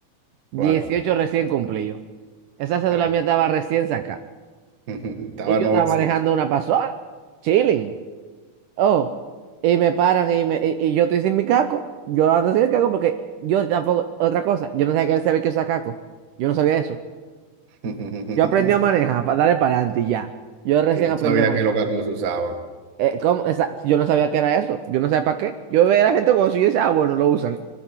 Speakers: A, on the right; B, on the right.
A: 18
B: Cuando,
A: recién cumplidos. Esa cédula
B: ay,
A: mía estaba recién sacada.
B: <laughs> estaba
A: Y yo
B: nuevecito.
A: estaba manejando una pasola, chilling. Oh, y me paran y, me, y, y yo estoy sin mi caco. Yo ando sin el caco porque yo tampoco, otra cosa, yo no sabía que él sabía que usaba caco. Yo no sabía eso.
B: <laughs>
A: Yo aprendí a manejar, para darle para adelante y ya. Yo recién
B: Y no
A: aprendí
B: sabía
A: a manejar.
B: qué loca se usaban.
A: Eh, ¿cómo? Esa- yo no sabía que era eso. Yo no sabía para qué. Yo veía a la gente con eso y yo decía, ah, bueno, lo usan.